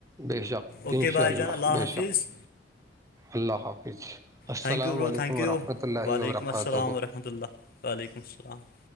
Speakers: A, on the right; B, on the left.
A: بے شک
B: اوکے
A: ان
B: بھائی
A: شاء
B: جان اللہ
A: بے
B: حافظ
A: شک اللہ حافظ السلام
B: تھینک یو بو
A: علیکم
B: تھینک
A: ورحمۃ
B: یو
A: اللہ
B: وعلیکم
A: وبرکاتہ
B: السلام وورحمت اللہ وعلیکم السلام